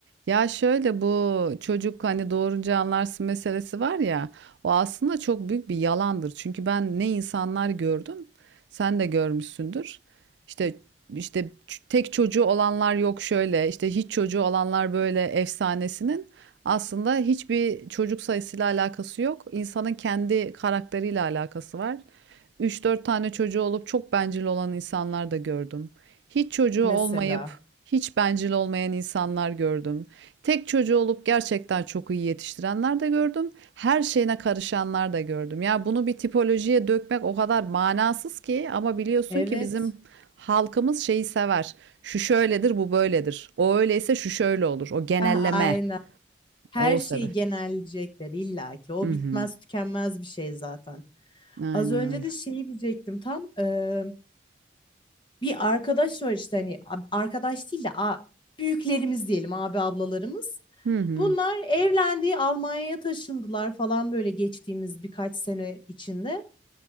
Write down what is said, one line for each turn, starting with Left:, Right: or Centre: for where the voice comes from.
Right: Ya şöyle bu çocuk hani doğurunca anlarsın meselesi var ya o aslında çok büyük bir yalandır. Çünkü ben ne insanlar gördüm sen de görmüşsündür. İşte işte ç- tek çocuğu olanlar yok şöyle işte hiç çocuğu olanlar böyle efsanesinin aslında hiçbir çocuk sayısıyla alakası yok. İnsanın kendi karakteriyle alakası var. Üç dört tane çocuğu olup çok bencil olan insanlar da gördüm. Hiç çocuğu
Left: mesela.
Right: olmayıp hiç bencil olmayan insanlar gördüm. Tek çocuğu olup gerçekten çok iyi yetiştirenler de gördüm. Her şeyine karışanlar da gördüm. Ya bunu bir tipolojiye dökmek o kadar manasız ki ama biliyorsun
Left: Evet.
Right: ki bizim halkımız şeyi sever. Şu şöyledir, bu böyledir. O öyleyse şu şöyle olur. O genelleme.
Left: Ha, aynen. Her
Right: O
Left: şeyi
Right: sebep.
Left: genelleyecekler illa ki. O
Right: Hı
Left: bitmez
Right: hı.
Left: tükenmez bir şey zaten.
Right: Aynen
Left: Az önce
Right: öyle.
Left: de şeyi diyecektim tam. eee, bir arkadaş var işte hani a- arkadaş değil de a, büyüklerimiz diyelim abi ablalarımız.
Right: Hı hı.
Left: Bunlar evlendi, Almanya'ya taşındılar falan böyle geçtiğimiz birkaç sene içinde